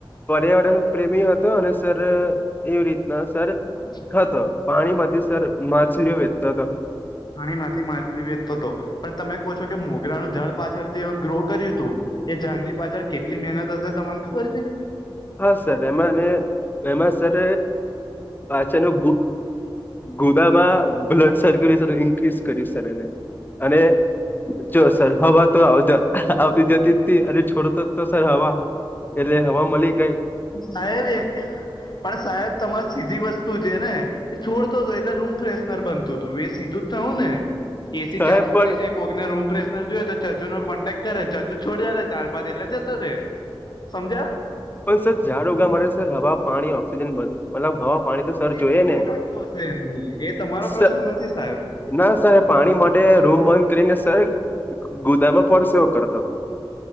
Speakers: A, on the left; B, on the left.
A: પર્યાવરણ પ્રેમી હતો અને સર એવી રીતના સર
B: જ
A: ખા તો પાણી માંથી સર માછલીઓ વેચ તા તા
B: પાણીમાંથી માછલી વેચતો હતો પણ તમે કહો છો કે મોગરાનું જળ પાછળ જે ગ્રો કર્યું હતું એ ઝાડની પાછળ કેટલી મહેનત હશે તમને ખબર છે
A: હા સર એમાં અને એમાં સર પાચાનું ગોદામાં બ્લડ સર્ક્યુલેશન ઇન્ક્રીઝ કરી સર એને અને જો સર હવા તો આવતી જતી હતી અને છોડો તો તો સર હવા એટલે હવા માલી
B: સાહેબ એ પણ સાહેબ તમારે સીધી વસ્તુ છે ને એ છોડતો હતો એટલે રૂમ ફ્રેશનર બનતું હતું એ સીધું જયુ ને એસી
A: સાહેબ
B: ચાલુ
A: પણ
B: કરી ને કોઈકને રૂમ ફ્રેશનર જોયો તો ચાચુ નો કોન્ટેક્ટ કરે ચાચુ છોડ્યા રે ચાર પાંચ એટલે જતો રે સમજ્યા
A: પણ સર ઝાડ ઉગાડવા માટે સર હવા પાણી ઓક્સિજન બધું મતલબ હવા પાણી તો સર
B: તે
A: જોઈએ
B: ખુલ્લી
A: ને
B: રાખતો હશે એ તમારો
A: સર
B: પ્રશ્ન નથી સાહેબ
A: ના સાહેબ પાણી માટે રૂમ બંધ કરીને સાહેબ ગુદામાં પરડસે એવો કરતો હતો